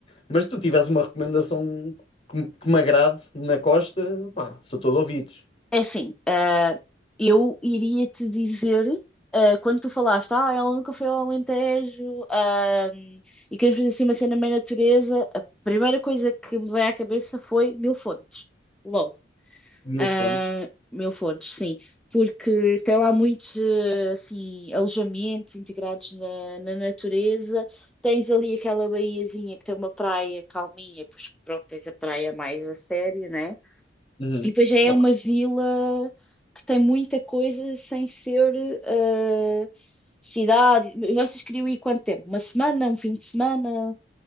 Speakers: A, on the left; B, in the centre.
A: Mas se tu tivesse uma recomendação que, me que me agrade na costa, pá, sou todo ouvidos.
B: É assim, ah, eu iria te dizer, ah, quando tu falaste, ah, ela nunca foi ao Alentejo, ah, e queremos fazer assim uma cena meio natureza, a primeira coisa que me veio à cabeça foi Mil Fontes, logo.
A: Mil
B: Ah,
A: fontes.
B: mil fontes, sim, porque tem lá muitos eh, assim, alojamentos integrados na, na natureza. Tens ali aquela baiazinha que tem uma praia calminha, pois pronto, tens a praia mais a sério, né?
A: Uhum.
B: E depois já é
A: Ok.
B: uma vila que tem muita coisa sem ser eh, cidade. Vocês queriam ir quanto tempo? Uma semana, um fim de semana?